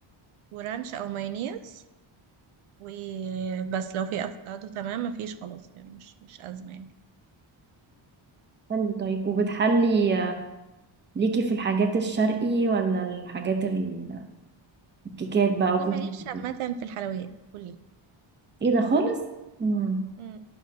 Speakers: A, on the right; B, on the right.
A: ورانش او مايونيز وبس لو في افوكادو تمام مفيش خلاص يعني مش مش ازمه يعني
B: حلو طيب وبتحلي آه، ليكي في الحاجات الشرقي ولا الحاجات ال- الكيكات بقى
A: انا
B: وكوكيز
A: ماليش
B: وكده؟
A: عامه في الحلويات كلها
B: ايه ده خالص امم
A: مم.